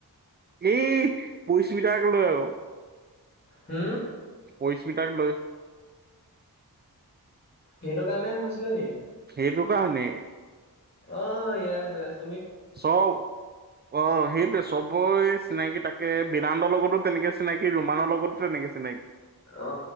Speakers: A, on the right (about 25°); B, on the left (about 25°).
A: এই পৰীস্মিতাক লৈ আকৌ
B: হম?
A: পৰীস্মিতাক লৈ।
B: সেইটো কাৰণে হৈছিলে নেকি?
A: সেইটো কাৰণেই।
B: অ, ইয়েচ ইয়েচ।
A: চব অ সেইটোৱে চবৰে চিনাকি তাক কে বেদান্ত লগতো তেনেকে চিনাকি, ৰমানৰ লগতো তেনেকে চিনাকি।
B: অ, অ,